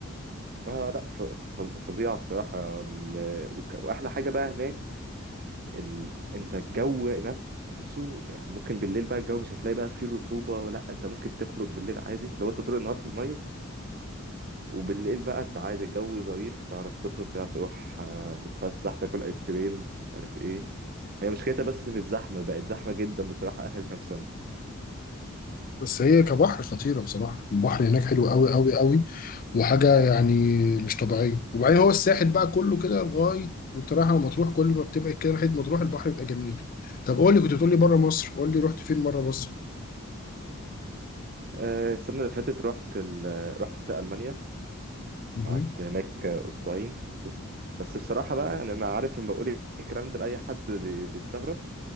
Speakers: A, on the right; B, on the left.
A: آه لا ف- ف- فظيعة بصراحة ال- وك- وأحلى حاجة بقى هناك ال... أنت الجو نفسه يعني ممكن بالليل بقى الجو مش هتلاقي بقى فيه رطوبة ولا أنت ممكن تخرج بالليل عادي لو أنت طول النهار في المية وبالليل بقى انت عادي الجو ظريف تعرف تخرج تعرف تروح آه، تتفسح تاكل ايس كريم مش عارف ايه هي مشكلتها بس في الزحمة بقت زحمة جدا بصراحة آخر كام سنة
B: بس هي كبحر خطيره بصراحه البحر هناك حلو قوي قوي قوي وحاجة يعني مش طبيعية وبعدين هو الساحل بقى كله كده لغاية وتراجع مطروح كل ما بتبعد كده ناحية مطروح البحر بيبقى جميل طب قول لي كنت بتقول لي بره مصر قول لي رحت فين بره مصر
A: آه، السنة اللي فاتت رحت ال... رحت ألمانيا
B: مهم.
A: قعدت هناك آه، أسبوعين بس بصراحة بقى يعني أنا عارف لما بقول الكلام ده لأي حد بي- بيستغرب